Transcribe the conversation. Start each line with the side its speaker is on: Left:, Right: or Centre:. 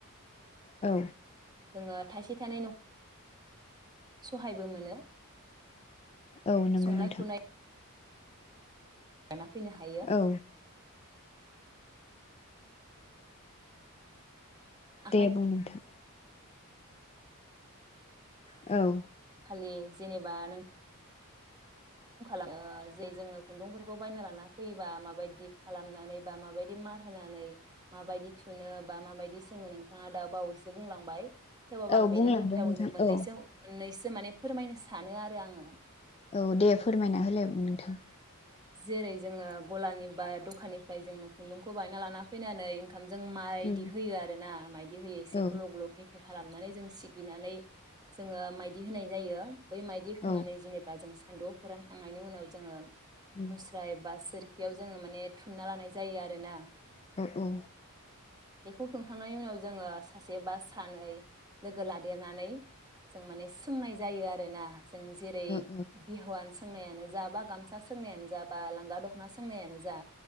Left: औ
Right: जोङो थाइसे थाइनै न सहायबो मोनो
Left: औ नंगौ
Right: संनाय
Left: नोंथां
Right: खुरनाय लाना फैनो हायो
Left: औ
Right: आखाइ
Left: दे बुंनोथां औ
Right: खालि जेनेबा नों खालामो ओ जे जोङो खुन्दुंफोरखौ बायना लाना फैयोबा माबायदि खालामनानै बा माबायदि मार होनानै माबायदि थुनो बा माबायदि सोङो नोंथाङा दा बावैसो बुंलांबाय थेवबाबो
Left: औ
Right: आं
Left: बुंलांदो
Right: बेनि गेजेरावनो
Left: नोंथां
Right: मोननैसो
Left: औ
Right: मोननैस आं माने फोरमायनो सानो आरो आङो
Left: औ दे फोरमायना हो लेम नोंथां
Right: जेरै जोङो गलानि बा दखाननिफ्राय जोङो खुन्दुंखौ बायना लाना फैनानै ओंखाम जों मायदि
Left: उम
Right: होयो आरो ना मायदि होयो एसे
Left: औ
Right: ग्ल ग्ल गेफे खालामनानै जों सिग्लिनानै जोङो माइदि होनाय जायो। बै माइदि होखांनानै
Left: औ
Right: जेनेबा जों सा सान्दुङाव फोरानखांनायनि उनाव जोङो
Left: उम
Right: मुस्रा एबा सोर बेयाव जोङो माने थुनना लानाय जायो आरो ना?
Left: अ औ
Right: बेखौ थुनखांनायनि उनाव जोङो सासे बा सानै लोगो लादेरनानै जों माने सोंनाय जायो आर <unintelligible> जों जेरै
Left: औ औ
Right: बिहुवान सो सोंनायानोज जाबा गामसा सोंनायानो जाबा लांगा दखना सोंनायानो जा